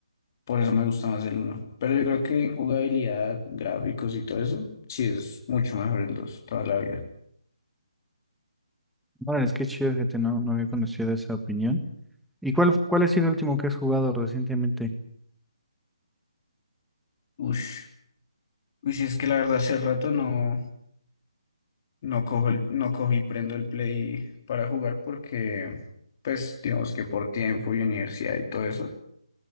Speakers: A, on the left; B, in the centre.
A: por eso me gusta más el uno, Pero yo creo que en jugabilidad, gráficos y todo eso, sí es mucho mejor el 2 toda la vida.
B: Bueno, es que chido, fíjate, no, no había conocido esa opinión. ¿Y cuál, cuál ha sido el último que has jugado recientemente?
A: Ush. Ush, es que la verdad hace rato no, no cojo el, no cojo y prendo el Play para jugar porque, pues, digamos que por tiempo y universidad y todo eso,